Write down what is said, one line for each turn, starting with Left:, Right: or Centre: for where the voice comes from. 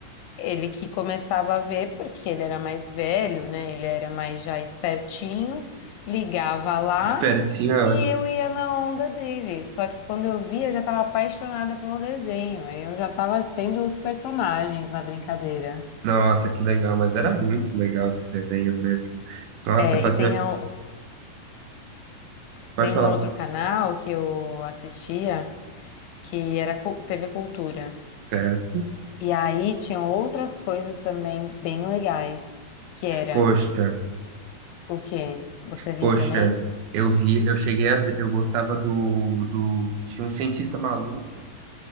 Left: Ele que começava a ver, porque ele era mais velho, né? Ele era mais já espertinho, ligava lá
Right: Espertinho é
Left: e
Right: ótimo.
Left: eu ia na onda dele. Só que quando eu via, eu já estava apaixonada pelo desenho. Aí eu já estava sendo os personagens na brincadeira.
Right: Nossa, que legal, mas era muito legal esses desenhos mesmo. Nossa,
Left: É,
Right: fazia.
Left: e tem, a-
Right: Pode
Left: tem
Right: falar.
Left: um outro canal que eu assistia que era cu- TV Cultura.
Right: Certo.
Left: E aí tinham outras coisas também bem legais, que era
Right: Poxa,
Left: o quê? Você via
Right: poxa,
Left: também?
Right: eu vi, eu cheguei a ver, eu gostava do, do, tinha um cientista maluco,